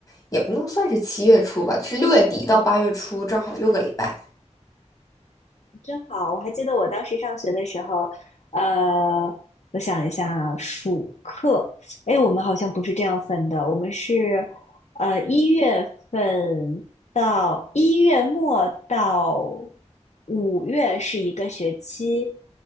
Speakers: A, on the left; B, on the left.
A: 也不能算是七月初吧，是六月底到八月初，正好六个礼拜。
B: 真好，我还记得我当时上学的时候，呃，我想一下啊，暑课，哎，我们好像不是这样分的，我们是，呃，一月份到一月末到五月是一个学期，